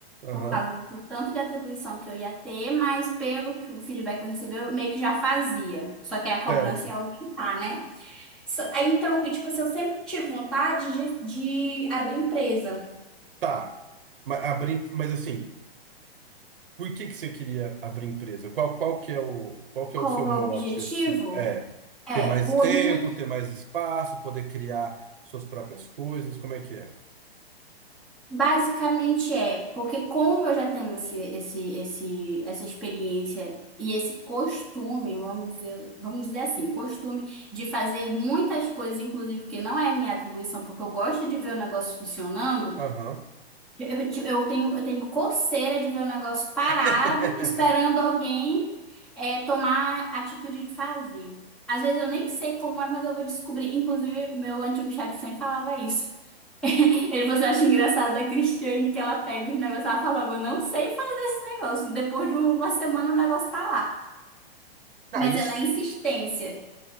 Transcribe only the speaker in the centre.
Por causa do tanto de atribuição que eu ia ter, mas pelo que o feedback que eu recebi, eu meio que já fazia. Só que aí a cobrança
ia aumentar, né? So- aí, Então, e, tipo assim, eu sempre tive vontade de, de abrir empresa.
Qual
é
o objetivo?
É,
o
objetivo.
Basicamente é, porque como eu já tenho esse, esse, esse, essa experiência e esse costume, vamos dizer, vamos dizer assim, costume de fazer muitas coisas, inclusive que não é minha atribuição, porque eu gosto de ver o negócio funcionando,
eu, eu ti- eu tenho, eu tenho coceira de ver o negócio parado,
esperando alguém é, tomar a atitude de fazer. Às vezes eu nem sei como é, mas eu vou descobrir. Inclusive, meu antigo chefe sempre falava isso. Ele falou assim, eu acho engraçado da Cristiane que ela pega os negócios, ela fala logo, eu não sei fazer esse negócio. Depois de uma semana o negócio tá lá.
Mas
é na insistência.